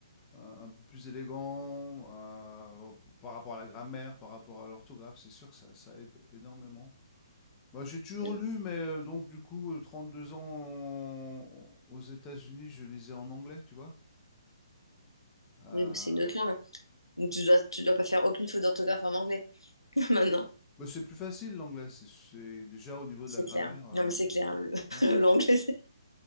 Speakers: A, on the left (about 20°); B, on the left (about 80°).
A: un un peu plus élégants, euh, p- par rapport à la grammaire, par rapport à l'orthographe, c'est sûr que ça, ça aide énormément. Bah, j'ai toujours
B: Mm.
A: lu, mais euh, donc du coup, euh, deux ans en- aux États-Unis, je lisais en anglais, tu vois. Euh,
B: Oui, moi, c'est une autre langue. Donc tu dois, tu dois pas faire aucune faute d'orthographe en anglais <laughs> maintenant.
A: bah, c'est plus facile l'anglais, c'est c'est- déjà au niveau
B: C'est
A: de la grammaire.
B: clair.
A: euh,
B: Non, mais c'est clair. le- <laughs>
A: tu vois.
B: L'anglais, c'est-